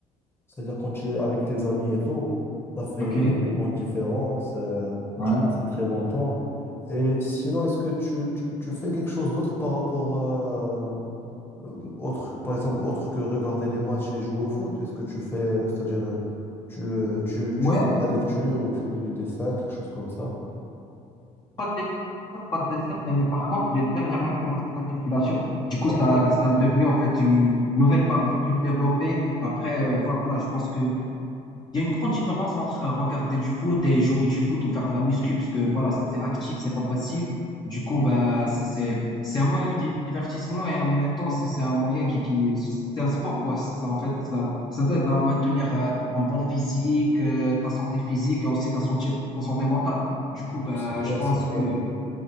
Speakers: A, on the left; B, on the left.
A: c'est-à-dire quand tu es avec tes amis et tout, ça fait
B: OK.
A: une très grande différence. euh,
B: Ouais.
A: tu passes un très bon temps. Et sinon, est-ce que tu, tu, tu fais quelque chose d'autre par rapport à, euh, autre, par exemple, autre que regarder les matchs et jouer au foot? Est-ce que tu fais, euh, c'est-à-dire, euh, tu, euh, tu,
B: Ouais,
A: tu fais de la lecture ou tu fais du dessin, quelque chose comme ça?
B: pas de lecture, pas de dessin, mais par contre, j'ai dernièrement commencé la musculation. Du
A: D'accord.
B: coup, ça, ça a devenu en fait une nouvelle passion que je développais. Après, euh, voilà, je pense que Il y a une grande différence entre regarder du foot et jouer du foot ou faire de la muscu, parce que voilà, c'est actif, c'est pas passif. Du coup, bah, c'est, c'est, c'est un moyen de divertissement et en même temps, c'est, c'est un moyen qui, qui, c'est un sport, quoi. Ça, en fait, ça, ça t'aide à maintenir euh, un bon physique, euh, ta santé physique et aussi ta santé, ta santé mentale. Du coup, bah,
A: C'est clair,
B: je pense
A: c'est clair.
B: que